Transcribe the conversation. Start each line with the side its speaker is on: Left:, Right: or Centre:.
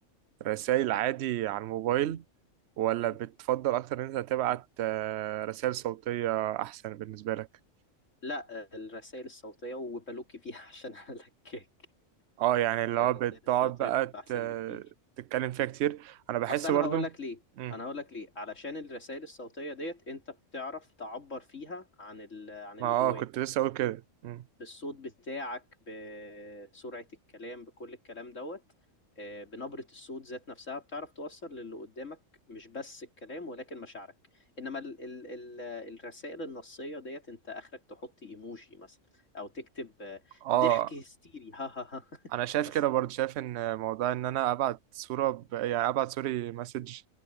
Right: رسائل عادي على الموبايل ولا
Left: امم
Right: بتفضل أكتر إن أنت تبعت آه، رسائل صوتية أحسن بالنسبة لك؟
Left: لا الرسائل الصوتية وبلوكي فيها <laughs> عشان هلكك
Right: اه يعني اللي هو
Left: الرسائل
Right: بتقعد
Left: الصوتية
Right: بقى
Left: بتبقى احسن
Right: ت-
Left: بكتير
Right: تتكلم فيها كتير أنا بحس
Left: اصل انا
Right: برضو
Left: هقول لك ليه
Right: مم.
Left: انا هقول لك ليه علشان الرسائل الصوتية ديت انت بتعرف تعبر فيها عن ال... عن
Right: ما
Left: اللي
Right: اه
Left: جواك
Right: كنت لسه أقول كده مم.
Left: بالصوت بتاعك بسرعة الكلام بكل الكلام دوت آه، بنبرة الصوت ذات نفسها بتعرف توصل للي قدامك مش بس الكلام ولكن مشاعرك انما ال ال ال الرسائل النصية ديت انت اخرك تحط ايموجي مثلا او تكتب آه،
Right: اه
Left: ضحك هستيري ها ها ها <laughs>
Right: أنا شايف
Left: بس
Right: كده برضو شايف إن موضوع إن أنا أبعت صورة ب... يعني أبعت سوري مسج